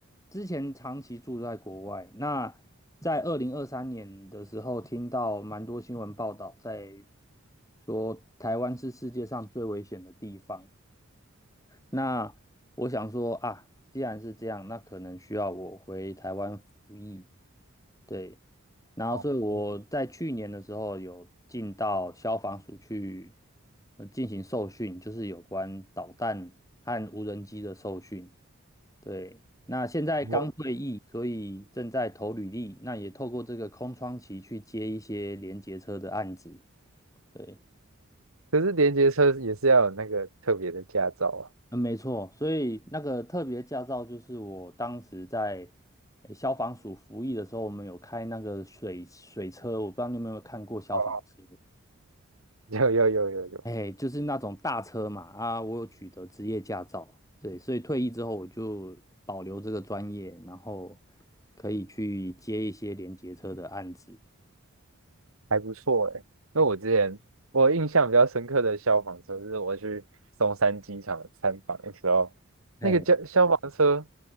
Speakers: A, on the left; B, on the right.
A: 之前长期住在国外，那在二零二三年的时候，听到蛮多新闻报道在说台湾是世界上最危险的地方。那我想说啊，既然是这样，那可能需要我回台湾服役。对，然后所以我在去年的时候有进到消防署去
B: 哦，我
A: 呃进行受训，就是有关导弹和无人机的受训。对，那现在刚退役，
B: 我
A: 所以正在投履历，那也透过这个空窗期去接一些连结车的案子。对，
B: 可是连接车也是要有那个特别的驾照啊。
A: 嗯，没错，所以那个特别驾照就是我当时在呃消防署服役的时候，我们有开那个水水车，我不知道你有没有看过消防车，
B: <laughs> 有有有有有。
A: 哎，就是那种大车嘛，啊，我有取得职业驾照，对，所以退役之后我就保留这个专业，然后可以去接一些连结车的案子。
B: 还不错诶，因为我之前我印象比较深刻的消防车是我去松山机场参访的时候，
A: 哎，
B: 那个消消防车，